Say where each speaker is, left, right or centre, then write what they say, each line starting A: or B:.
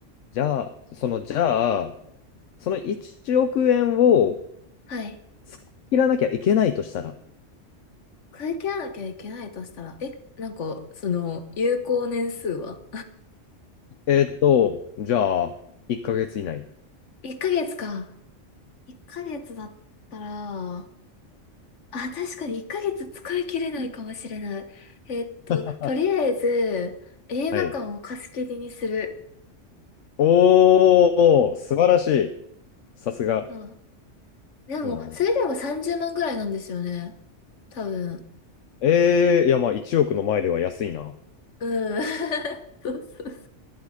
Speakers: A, on the left; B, on the left.
A: じゃあ、その、じゃあ、その1億円を
B: はい。
A: 使い切らなきゃいけないとしたら、
B: 会計なきゃいけないとしたら、え、なんか、その、有効年数は
A: えーっと、じゃあ、1ヶ月以内。
B: <laughs> ?1 ヶ月か。1ヶ月だったら、あ、確かに1ヶ月使い切れないかもしれない。えっと、
A: <laughs>
B: とりあえず、映画館を貸し切りにする。
A: はい。おー、素晴らしい。さすが。
B: うん。でも、
A: いいな。
B: それでも30万ぐらいなんですよね。多分。
A: えー、いや、まあ、1億の前では安いな。
B: うん。<laughs> そうそう